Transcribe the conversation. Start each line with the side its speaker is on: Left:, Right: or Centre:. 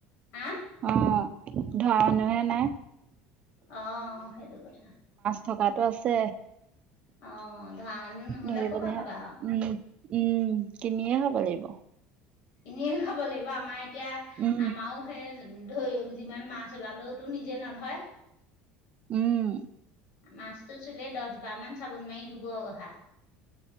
Left: হা
Right: অ ধৰা মানুহে নাই
Left: অ সেইটো কথা
Right: ধপাতো আছে।
Left: অ' ধৰা মানুহ নহ'লে,
Right: ধৰিবলেহে
Left: ক'ৰ পৰা খাবা?
Right: উম উম, কিনিয়ে খাব লাগিব।
Left: কিনি খাব লাগিব। আমাৰ এতিয়া,
Right: উম
Left: আমাৰো সে ধৰি যিমান মাছ ওলালোওতো নিজে নধৰে
Right: উম।
Left: মাছটো চুলে দছবাৰমান চাবোন মাৰি ধুব হাত।